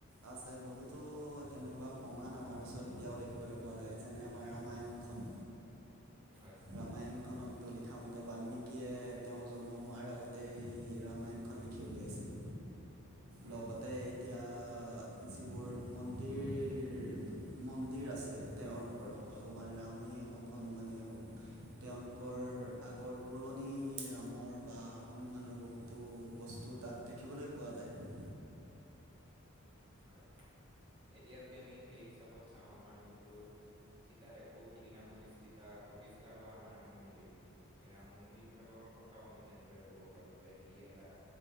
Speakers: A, on the right; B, on the right.
A: আছে বহুতো তেনেকুৱা প্ৰমাণ আমাৰ ওচৰত এতিয়াও দেখিবলৈ পোৱা যায় যেনে আমাৰ ৰামায়ণখন
B: হয়
A: ৰামায়ণখনত লিখা মতে বাল্মিকীয়ে তেওঁৰ জন্ম হোৱাৰ আগতে ৰামায়ণ খন লিখি উলিয়াইছিল
B: হয়
A: লগতে এতিয়া যিবোৰ মন্দিৰ মন্দিৰ আছে তেওঁৰ ওপৰত ভগৱান ৰামেই হওক হনুমানেই হওক তেওঁলোকৰ আগৰ পুৰণি ৰামৰ বা হনুমানৰ বহুতো বস্তু তাত দেখিবলৈ পোৱা যায়
B: হয় এতিয়া যদি আমি সেই হিচাপত চাওঁ আমাৰ যোনটো থিতাত এশৌ সিদিনা প্ৰতিষ্ঠিতা প্ৰতিষ্ঠা হোৱা আমাৰ ৰাম মন্দিৰ। সেই ৰাম মন্দিৰ ভাগৰ কথাও আমি তেনেদৰে ক'ব পাৰি যে ই এটা